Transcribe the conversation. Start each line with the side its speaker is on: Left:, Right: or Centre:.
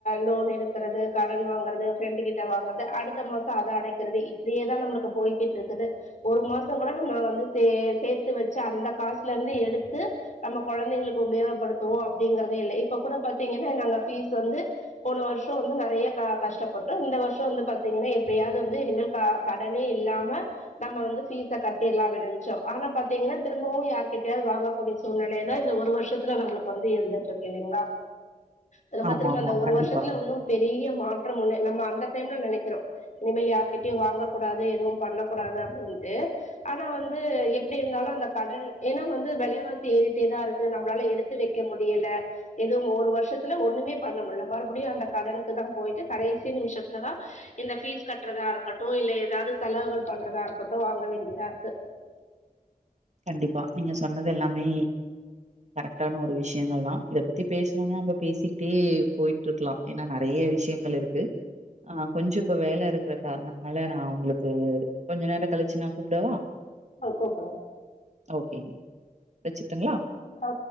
Left: லோன் எடுக்கறது கடன் வாங்கறது ஃப்ரெண்ட்டு கிட்டே வாங்கறது அடுத்த மாசோ அத அடக்கிறது இப்டியேதா நம்முளுக்கு போய்கிட்யிருக்குது ஒரு மாசோ கூட நம்ம வந்து சே சேத்து வெச்சு அந்த காசுலந்து எடுத்து நம்ம கொழந்தைங்களுக்கு உபயோகப்படு தோ அப்டிங்கறதேயில்லே இப்ப கூட பாத்தீங்கனா நாங்க ஃபீஸ் வந்து போன வர்ஷோ வந்து நெறைய க கஷ்டப்பட்டோ இந்த வர்ஷோ வந்து பாத்தீங்கனா எப்டியாது வந்து இன்மேல் க கடனே இல்லாம நம்ம வந்து ஃபீஸ்சா கட்டிர்லா அப்டி நென்ச்சோ ஆனா பாத்தீங்கனா திரும்பவு யார்கிட்டயாவது வாங்கக்கூடிய சூழ்நிலைதா இந்த ஒரு வருஷத்துல நம்ளுக் வந்து இருந்துட்ருக்கு இல்லிங்ளா திரும்ப
Right: ஆமா
Left: திரும்ப
Right: ஆமா
Left: அந்த ஒரு
Right: கண்டிப்பா
Left: வர்ஷத்துல ஒண்ணோ பெரிய மாற்றம் ஒண்ணு நம்ம அந்த டைம்ல நெனைக்கிறோ இனிமேல் யார்கிட்டயு வாங்கக்கூடாது எதுவும் பண்ணக்கூடாது அப்டின்ட்டு ஆனா வந்து எப்டி இருந்தாலு அந்த கடன் ஏனா வந்து வெலவாசி ஏறிட்டேதா இருக்கு நம்ளால எடுத் து வெக்க முடியலே எதுவு ஓர் வர்ஷத்துல ஒண்ணுமே பண்ண முல்லே மறுபடியு அந்த கடனுக்குதா போயிட்டு கடைசி நிம்ஷத்துலதா இந்த ஃபீஸ் கட்றதா இருக்கட்டோ இல்லே எதாது செலவுகள் பண்றதா இருக்கட்டோ வாங்க வேண்டியதாருக்கு
Right: கண்டிப்பா நீங்க சொன்னதெல்லாமே கரெக்டான ஒரு விஸ்யோங்கள்தா இத பத்தி பேஸ்னோனா நம்ப பேசிக்ட்டே போயிட்டுருக்லா ஏனா நெறைய விஷயங்கள் இருக்கு ஆ கொஞ்சோ இப்ப வேல இருக்கிற காரணத்துனாலே நா உங்ளுக்கு கொஞ்ச நேரோ கழிச்சு நா கூப்ட்டவா
Left: ஆ <unintelligible>
Right: ஓகேங்க வெச்சுட்டுங்ளா
Left: ஆ